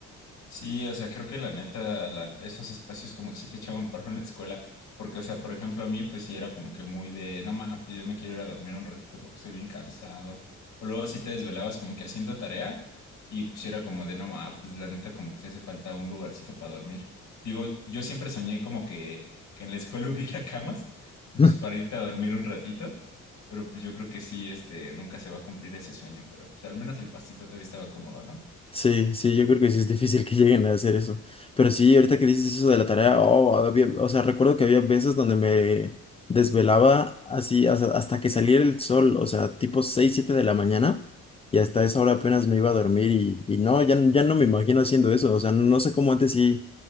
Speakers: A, on the left (about 70°); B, on the left (about 20°).
A: Sí, o sea, creo que la neta, la- esos espacios como que sí te echaban <laughs> paro en la escuela, porque, o sea, por ejemplo, a mí, pues sí era como que muy de, no mames, pues, yo me quiero ir a dormir un ratito porque estoy bien cansado. O luego sí te desvelabas como que haciendo tarea y pues sí era como de, no mames, pues la neta como que sí hace falta un lugarcito para dormir. Digo, yo siempre soñé como que, que en la escuela <laughs> hubiera camas, pues
B: No,
A: para irte a dormir un ratito, pero pues yo creo que sí, este, nunca se va a cumplir ese sueño, pero pues al menos el pastito todavía estaba cómodo, ¿no?
B: Sí, sí, yo creo que sí es difícil que lleguen a hacer eso. Pero sí, ahorita que dices eso de la tarea, oh, había- o sea, recuerdo que había veces donde me desvelaba así hasta, hasta que saliera el sol, o sea, tipo 6, 7 de la mañana, y hasta esa hora apenas me iba a dormir y, y no, ya, ya no me imagino haciendo eso, o sea, no no sé cómo antes sí